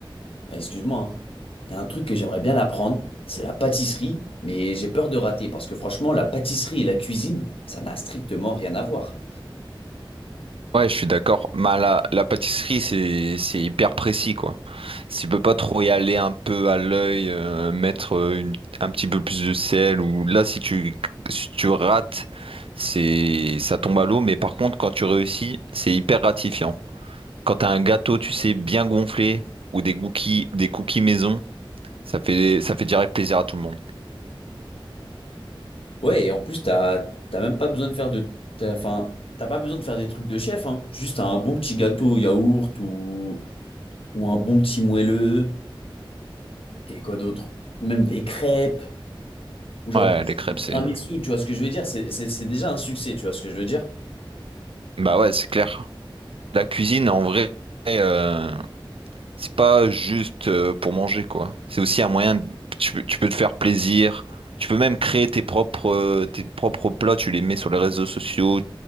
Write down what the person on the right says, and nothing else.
Ouais, je suis d'accord. Mais la, la pâtisserie, c'est, c'est hyper précis, quoi. Tu peux pas trop y aller un peu à l'œil, euh, mettre euh, une- un petit peu plus de sel, ou là, si tu, si tu rates, c'est, ça tombe à l'eau. Mais par contre, quand tu réussis, c'est hyper gratifiant. Quand t'as un gâteau, tu sais, bien gonflé, ou des cookies, des cookies maison, ça fait, ça fait direct plaisir à tout le monde.
Ouais,
les crêpes,
c'est,
bah ouais, c'est clair. La cuisine, en vrai, euh, C'est pas juste euh, pour manger, quoi. C'est aussi un moyen, de- tu, peux tu peux te faire plaisir. Tu peux même créer tes propres, euh, tes propres plats, tu les mets sur les réseaux sociaux